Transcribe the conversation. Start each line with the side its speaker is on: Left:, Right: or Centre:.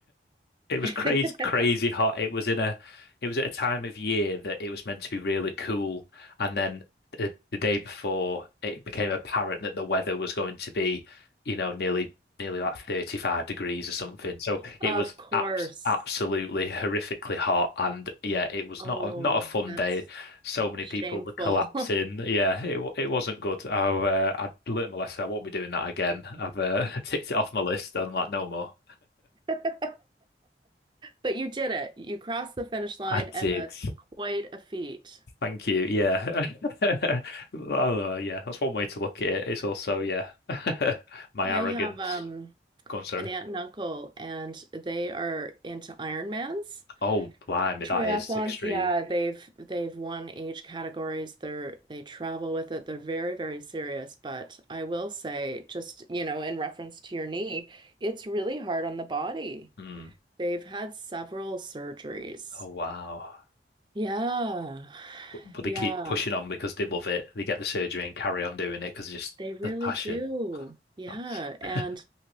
Left: It was
Right: <gasps>
Left: crazy, crazy hot. It was in a, it was at a time of year that it was meant to be really cool, and then the, the day before, it became apparent that the weather was going to be, you know, nearly, nearly like 35 degrees or something. So
Right: Of
Left: it was
Right: course.
Left: abs absolutely horrifically hot, and yeah, it was
Right: Oh,
Left: not a, not a fun
Right: that's
Left: day. So many
Right: shameful.
Left: people were collapsing. Yeah, it wa- it wasn't good. I uh, I learned my lesson. I won't be doing that again. I've uh, <laughs> ticked it off my list. I'm like, no more.
Right: <laughs> But you did it. You crossed the finish line,
Left: I
Right: and
Left: did.
Right: that's quite a feat.
Left: Thank you. Yeah. <laughs> Oh, yeah, that's one way to look at it. It's also, yeah, <laughs> my
Right: I
Left: arrogance.
Right: have um,
Left: Go on, sorry.
Right: an aunt and uncle, and they are into Ironmans.
Left: Oh, blimey,
Right: Triathlons,
Left: that is extreme.
Right: yeah, they've they've won age categories. They're they travel with it. They're very, very serious. But I will say, just, you know, in reference to your knee, it's really hard on the body.
Left: Hmm.
Right: They've had several surgeries.
Left: Oh, wow.
Right: Yeah.
Left: But, but they
Right: <sighs> Yeah.
Left: keep pushing on because they love it. They get the surgery and carry on doing it because just
Right: They really
Left: the passion.
Right: do. Yeah.
Left: That's
Right: And,
Left: <laughs>